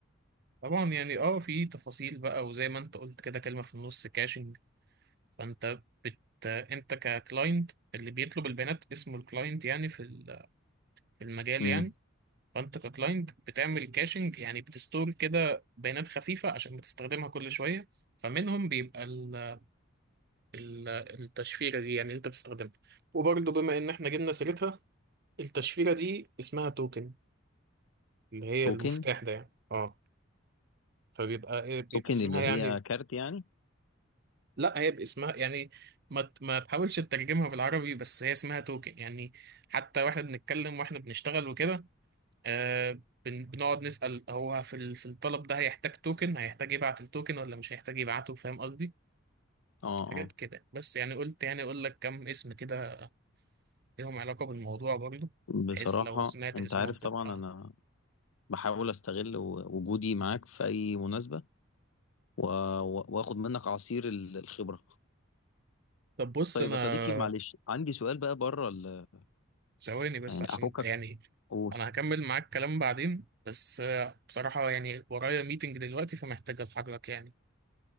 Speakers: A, on the right; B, on the left.
A: طبعا يعني اه في تفاصيل بقى وزي ما انت قلت كده كلمة في النص كاشنج فانت بت انت ككلاينت اللي بيطلب البيانات اسمه الكلاينت يعني في ال- في المجال
B: امم
A: يعني فانت ككلاينت بتعمل كاشنج يعني بتستور كده بيانات خفيفة عشان بتستخدمها كل شوية فمنهم بيبقى ال- ال- التشفيرة دي يعني اللي انت بتستخدمها وبرضه بما ان احنا جبنا سيرتها التشفيرة دي اسمها توكن اللي هي
B: توكن
A: المفتاح ده يعني اه فبيبقى ايه بيبقى
B: توكن
A: اسمها
B: اللي
A: يعني
B: هي كارت يعني
A: لا هي باسمها يعني ما ت- ما تحاولش تترجمها بالعربي بس هي اسمها توكن يعني حتى واحنا بنتكلم واحنا بنشتغل وكده آه بن- بنقعد نسأل هو في ال- في الطلب ده هيحتاج توكن هيحتاج يبعت التوكن ولا مش هيحتاج يبعته فاهم قصدي
B: اه
A: حاجات
B: اه
A: كده بس يعني قلت يعني اقول لك كم اسم كده ليهم علاقة بالموضوع برضه
B: بصراحة
A: بحيث لو سمعت
B: انت
A: اسمهم
B: عارف
A: تبقى
B: طبعا انا بحاول استغل و- وجودي معاك في اي مناسبة و- و- واخد منك عصير ال- الخبرة
A: طب بص
B: طيب
A: انا
B: يا صديقي معلش عندي سؤال بقى بره ال...
A: ثواني بس
B: يعني
A: عشان
B: افكك
A: يعني
B: قول
A: انا هكمل معاك كلام بعدين بس آه، بصراحة يعني ورايا ميتنج دلوقتي فمحتاج اتحرك يعني